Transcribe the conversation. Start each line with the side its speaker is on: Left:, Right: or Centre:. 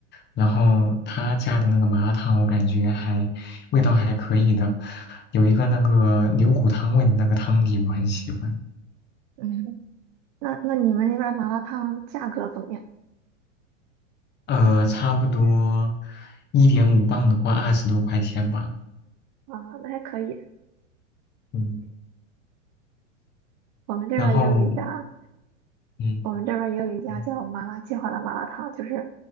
Left: 然后他家的那个麻辣烫我感觉还味道还可以的，有一个那个牛骨汤味的那个汤底我很喜欢，
Right: 嗯，那那你们那边麻辣烫价格怎么样？
Left: 呃，差不多一点五磅的话二十多块钱吧，
Right: 啊，那还可以，
Left: 嗯，
Right: 我们这边也有一家。
Left: 然后嗯
Right: 我们这边儿也有一家叫麻辣计划的麻辣烫，
Left: 嗯
Right: 就是，